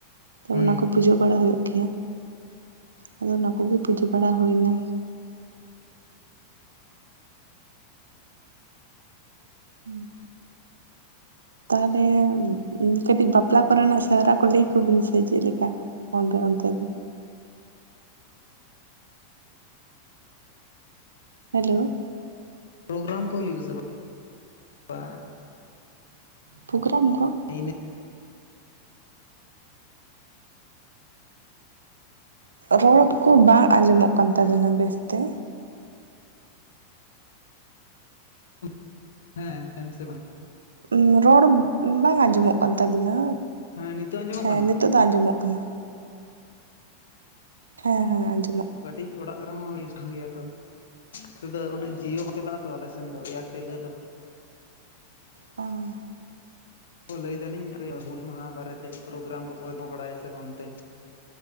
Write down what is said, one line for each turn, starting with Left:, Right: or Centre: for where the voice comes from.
Right: ᱛ
Left: ᱦᱩᱸ
Right: ᱚᱱᱟ ᱠᱚ ᱯᱩᱡᱟᱹ ᱵᱟᱲᱟ ᱦᱩᱭᱩᱜ ᱜᱮᱹᱭᱟ ᱟᱫᱚ ᱚᱱᱟ ᱠᱚᱹᱜᱮ ᱯᱩᱡᱟᱹ ᱵᱟᱹᱲᱟ ᱦᱩᱭᱹᱱᱟ ᱦᱮᱸᱝ ᱛᱟᱦᱚᱞᱮ ᱠᱟᱹᱴᱤᱡ ᱵᱟᱯᱞᱟ ᱠᱚᱹᱨᱮᱱᱟᱼᱜ ᱥᱮᱣᱨᱟ ᱠᱚ ᱞᱟᱹᱭ ᱟᱼᱠᱚᱵᱤᱱ ᱥᱮ ᱪᱮᱫᱹᱞᱮᱠᱟ? ᱟᱼᱫᱚ ᱚᱱᱛᱮ ᱫᱚ᱾ ᱦᱮᱞᱳᱹ
Left: ᱯᱨᱳᱜᱨᱼᱟᱢ ᱠᱚ ᱦᱩᱭᱩᱜᱼᱟ ᱥᱮ ᱵᱟᱝ ᱵᱚᱝ?
Right: ᱯᱨᱳᱜᱨᱼᱟᱢ ᱠᱚ
Left: ᱤᱱᱟᱹ
Right: ᱨᱚᱲ ᱠᱚ ᱵᱟᱝ ᱟᱸᱡᱚᱢᱚᱼᱜ ᱠᱟᱱ ᱛᱟᱵᱮᱱᱟ ᱵᱮᱥ ᱛᱮ
Left: <inaudible> ᱦᱮᱸᱮᱱ ᱥᱮ ᱵᱟᱝ
Right: ᱦᱮᱸ ᱨᱚᱲ ᱵᱟᱝ ᱟᱸᱡᱚᱢᱚᱼᱜ ᱠᱟᱱ ᱛᱟᱵᱤᱱᱟ
Left: ᱦᱮᱸ ᱱᱤᱛᱚᱜ ᱟᱸᱡᱚᱢᱚᱜ
Right: ᱦᱮᱸ
Left: ᱠᱟᱱᱟ
Right: ᱱᱤᱛᱚᱼᱜ ᱫᱚ ᱟᱸᱡᱚᱢᱚᱼᱜ ᱠᱟᱱᱟ ᱦᱮᱸ ᱦᱮᱸ ᱟᱸᱡᱚᱢᱚᱼᱜ
Left: ᱚ ᱠᱟᱹᱴᱤᱼᱜ ᱚᱲᱟᱼᱜ ᱠᱚ ᱨᱮᱹᱦᱚᱸ ᱜᱮᱭᱟ ᱛᱚ ᱱᱮᱹᱛᱮ ᱫᱚ ᱩᱱᱟᱹᱜ ᱡᱤᱭᱳ ᱵᱟᱝ ᱪᱟᱞᱟᱼᱜ ᱟᱛ᱾ ᱟᱞᱮ ᱥᱮᱱ ᱫᱚ ᱮᱼᱭᱟ ᱛᱤᱞᱟᱹ ᱫᱚ
Right: ᱵᱟᱝᱹᱜ
Left: ᱞᱟᱹᱭ ᱫᱟᱞᱤᱧ ᱟᱼᱯᱮ ᱦᱩᱞ ᱢᱟᱦᱟ ᱵᱟᱨᱮᱛᱮ ᱯᱨᱳᱜᱨᱟᱢ ᱠᱚᱹᱯᱮ ᱫᱚᱦᱚ ᱵᱟᱲᱟᱭᱼᱟ ᱥᱮ ᱵᱟᱝ ᱚᱱᱹᱛᱮ